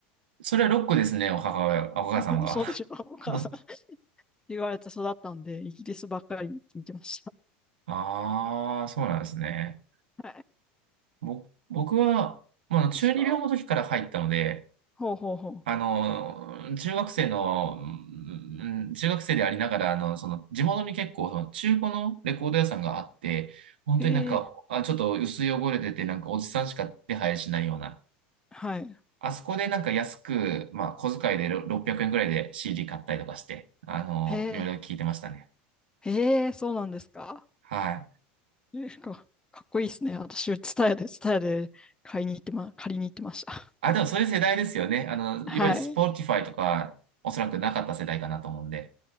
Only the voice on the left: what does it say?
な、<laughs> そうでしょお母さん
言われて育ったんで、イギリスばっかり聞いてました。
<laughs> はい。
ですかほうほうほ
う。へえ、
はい。
へえ、
へえ、そうなんですか
ですか。かっこいいですね。私、ツタヤで、ツタヤで買いに行ってま、借りに行ってました。
<laughs>
はい。